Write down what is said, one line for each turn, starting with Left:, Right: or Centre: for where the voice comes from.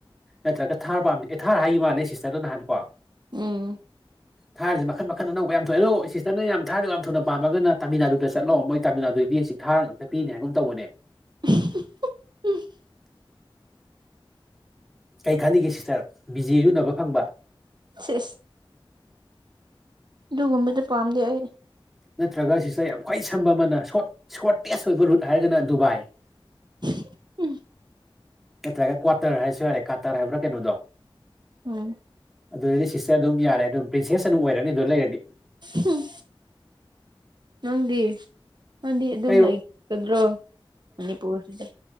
Centre: ꯅꯠꯇ꯭ꯔꯒ ꯊꯥꯔ ꯄꯥꯝ ꯕꯤ ꯊꯥꯔ ꯍꯥꯏꯈꯤꯕ ꯃꯥꯜꯂꯦ ꯁꯤꯁꯇꯔꯗꯨ ꯅꯍꯥꯟ ꯀꯣ
Right: ꯎꯝ
Centre: ꯊꯥꯔꯖꯦ ꯃꯈꯟ ꯃꯈꯟ ꯑꯅꯧꯕ ꯌꯥꯝ ꯊꯣꯛꯑꯦ ꯑꯗꯣ ꯁꯤꯁꯇꯔ ꯅ ꯌꯥꯝ ꯊꯥꯔꯗꯣ ꯌꯥꯝ ꯊꯨꯅ ꯄꯥꯝꯃꯒꯅ ꯇꯥꯃꯤꯜ ꯅꯥꯗꯨꯗ ꯆꯠꯂꯣ ꯃꯣꯏ ꯇꯥꯃꯤꯜ ꯅꯥꯗꯨꯏ ꯕꯤꯁꯤ ꯊꯥꯔ ꯉꯥꯛꯇ ꯄꯤꯅꯦ ꯍꯥꯏꯒꯨꯝ ꯑꯃ ꯇꯧꯕꯅꯦ
Right: <unintelligible>
Centre: ꯀꯩ ꯈꯜꯂꯤꯒꯦ ꯁꯤꯁꯇꯔ ꯕꯤꯖꯦꯖꯨ ꯎꯅꯕ ꯐꯪꯕ
Right: ꯁꯤꯏꯁ ꯑꯗꯨꯒꯨꯝꯕꯗꯨ ꯄꯥꯝꯗꯦ ꯑꯩ
Centre: ꯅꯠꯇ꯭ꯔꯒ ꯁꯤꯁꯇꯔ ꯌꯥꯝ ꯈ꯭ꯋꯥꯏ ꯁꯝꯕ ꯑꯃꯅ ꯁꯣꯠ ꯁꯣꯠꯔꯇꯦꯁ ꯑꯣꯏꯕ ꯔꯨꯠ ꯍꯥꯏꯔꯒꯅ ꯗꯨꯕꯥꯏ
Right: <unintelligible>
Centre: ꯅꯠꯇ꯭ꯔꯒ ꯀ꯭ꯋꯥꯇꯔ ꯍꯥꯏꯁꯨ ꯌꯥꯔꯦ ꯀꯥꯇꯥꯔ ꯍꯥꯏꯕꯔ ꯀꯩꯅꯣꯗꯣ
Right: ꯎꯝ
Centre: ꯑꯗꯨꯗꯗꯤ ꯁꯤꯁꯇꯔ ꯑꯗꯨꯝ ꯌꯥꯔꯦ ꯑꯗꯨꯝ ꯄ꯭ꯔꯤꯟꯁꯦꯁ ꯑꯗꯨꯝ ꯑꯣꯏꯔꯅꯤ ꯑꯗꯨ ꯂꯩꯔꯗꯤ
Right: ꯍꯨꯝ ꯅꯪꯗꯤ ꯅꯪꯗꯤ ꯑꯗꯨꯝ
Centre: ꯀꯩꯔꯣ
Right: ꯂꯩ ꯂꯩꯒꯗ꯭ꯔꯣ ꯃꯅꯤꯄꯨꯔꯁꯤꯗ